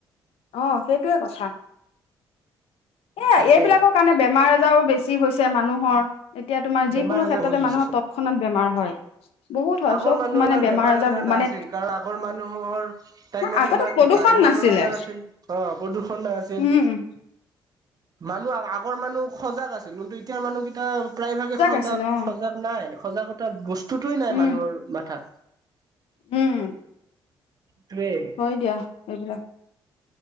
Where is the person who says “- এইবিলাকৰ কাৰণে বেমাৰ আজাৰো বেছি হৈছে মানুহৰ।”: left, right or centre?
Left